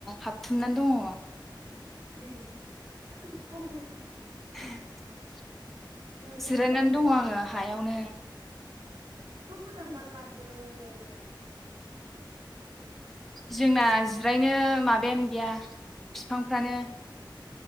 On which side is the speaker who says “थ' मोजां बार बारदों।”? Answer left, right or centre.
Right